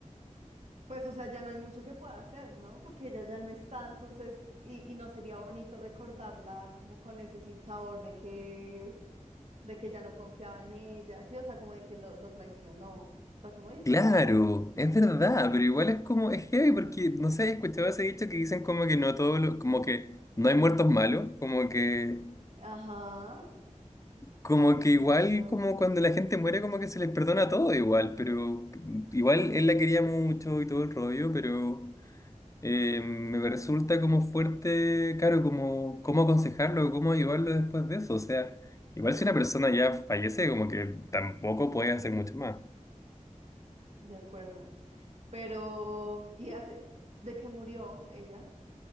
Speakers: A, on the right; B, on the left.
A: pues, o sea, ya no hay mucho que pueda hacer, ¿no? Porque ella ya no está, entonces, y, y no sería bonito recordarla como con ese sinsabor de que, de que ya no confiaba en ella, sí, o sea, como de que lo, lo traicionó. Está como difícil,
B: Claro,
A: oye.
B: es verdad, pero igual es como, es heavy porque, no sé, he escuchado ese dicho que dicen como que no todo lo, como que no hay muertos malos, como que...
A: Ajá,
B: Como que igual,
A: exacto,
B: como cuando la gente muere, como que se les perdona todo igual, pero igual él la quería mucho y todo el rollo, pero eh, me resulta como fuerte, claro, como cómo aconsejarlo, cómo ayudarlo después de eso. O sea, igual si una persona ya fallece, como que tampoco puedes hacer mucho más.
A: de acuerdo. Pero, ¿y hace, de qué murió ella?